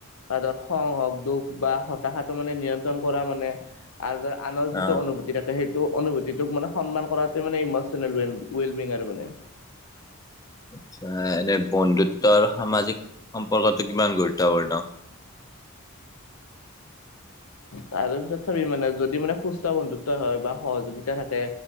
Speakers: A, on the left; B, on the left.
A: ত ধৰ খং হক দুখ বা হতাশাটো মানে নিয়ন্ত্ৰণ কৰা মানে, আৰু ধৰ আনৰ যিটো
B: অ
A: অনুভূতি থাকে, সেইটো অনুভূতিটোক মানে সন্মান কৰাটো মানে ইমচনেল ৱেলবিং ৱেলবিং আৰু মানে।
B: আচ্ছা এনে বন্ধুত্ব আৰু সামাজিক সম্পৰ্কটো কিমান গুৰুত্বপূৰ্ণ? <unintelligible>
A: তাৰপিছত চাবি মানে যদি মানে সুস্থ বন্ধুত্ব হয় বা সহযোগিতা থাকে,